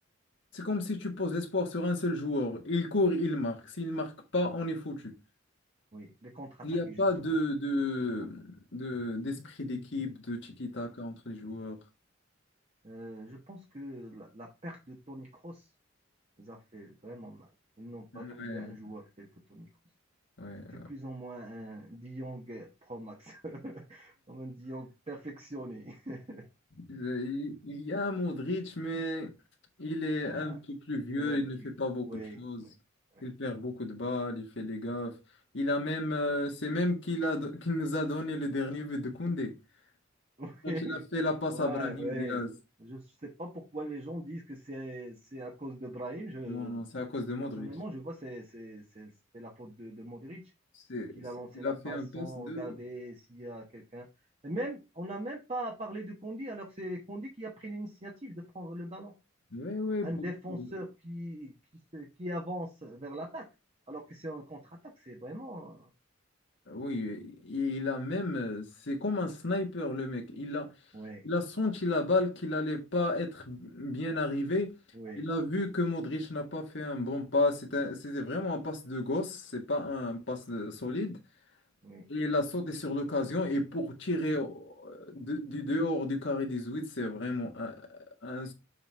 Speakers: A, on the left; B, on the right.
A: c'est comme si tu poses l'espoir sur un seul joueur. Il court, il marque. S'il ne marque pas, on est foutu.
B: oui, les contre-attaques,
A: Il n'y a pas
B: ils jouent surtout
A: de,
B: sur
A: de,
B: les contre
A: de- d'esprit d'équipe, de tiki-taka
B: ouais.
A: entre les joueurs.
B: Euh, je pense que la, la perte de Toni Kroos nous a fait vraiment mal. Ils n'ont pas
A: Ouais,
B: trouvé un joueur tel que Toni Kroos.
A: ouais.
B: C'était plus ou moins un De Jong Pro Max, <laughs> comme un De Jong perfectionné. <laughs>
A: Euh, Il il y a Modric, mais il est
B: Euh,
A: un peu plus vieux,
B: c'est devenu un
A: il
B: petit.
A: ne fait pas beaucoup
B: Ouais,
A: de choses.
B: ouais, ouais.
A: Il perd beaucoup de balles, il fait des gaffes. Il a même, euh, c'est même qu'il a, do- qu'il nous a donné le dernier but de Koundé.
B: <laughs>
A: Quand il a fait la passe
B: Ouais,
A: à Brahim
B: ouais.
A: Diaz.
B: Je ne sais pas pourquoi les gens disent que c'est c'est à cause de Brahim. Je,
A: Non, non, c'est à cause de Modric.
B: personnellement, je vois que c'est c'est- c'est- c'est la faute de, de Modric.
A: C'est,
B: J'ai vu qu'il
A: c'est-
B: a lancé
A: il
B: la
A: a fait
B: passe
A: un passe
B: sans
A: de...
B: regarder s'il y a quelqu'un. Et même, on n'a même pas parlé de Kondi, alors c'est Kondi qui a pris l'initiative de prendre le ballon.
A: Oui, oui,
B: un
A: pour-
B: défenseur
A: pour-
B: qui, qui, se- qui avance vers l'attaque, alors que c'est un contre-attaque, c'est vraiment.
A: oui, il a même... euh, C'est comme un sniper, le mec. Il a,
B: Oui,
A: Il a senti la balle qu'il allait pas être bien arrivé.
B: oui,
A: Il a vu que Modric n'a pas fait un bon pas. C'était, c'était vraiment un passe de gosse, c'est pas un passe de- solide.
B: oui,
A: Et il a sauté sur l'occasion. Et pour tirer au- de- du dehors du carré 18, c'est vraiment un- un-